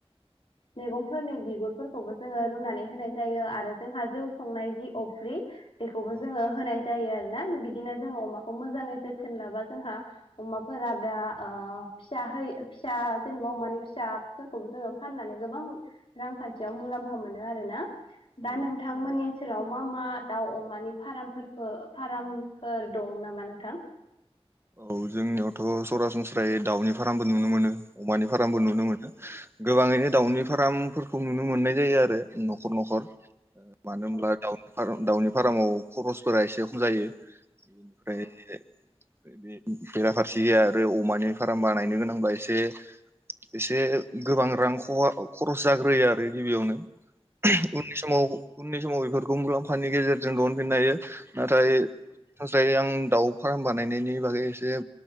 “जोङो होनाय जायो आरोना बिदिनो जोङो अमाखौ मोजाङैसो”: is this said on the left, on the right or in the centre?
Left